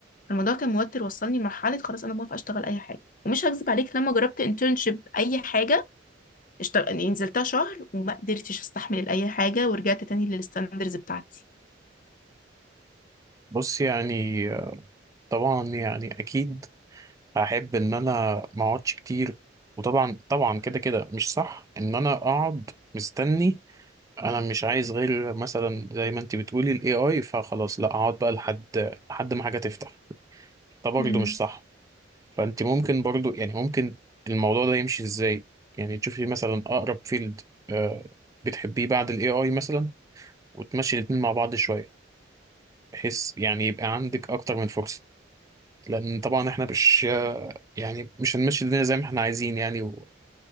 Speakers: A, on the left (about 45°); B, on the right (about 15°).
A: الموضوع كان موتر وصلني لمرحلة خلاص أنا موافقة أشتغل أي حاجة ومش هكذب عليك لما جربت انترنشيب أي حاجة اشتغل يعني نزلتها شهر وما قدرتش أستحمل أي حاجة ورجعت تاني للستاندرز بتاعتي
B: بص يعني طبعا يعني اكيد هحب ان انا ما اقعدش كتير وطبعا طبعا كده كده مش صح ان انا اقعد مستني انا مش عايز غير مثلا زي ما انت بتقولي الاي اي فخلاص لا اقعد بقى لحد لحد ما حاجة تفتح ده برضه
A: امم
B: مش صح فانت ممكن برضو يعني ممكن الموضوع ده يمشي ازاي يعني تشوفي مثلا اقرب فيلد آه بتحبيه بعد الاي اي مثلا وتمشي الاتنين مع بعض شويه بحيث يعني يبقى عندك اكتر من فرصه لان طبعا احنا مش آه، يعني مش هنمشي الدنيا زي ما احنا عايزين يعني و-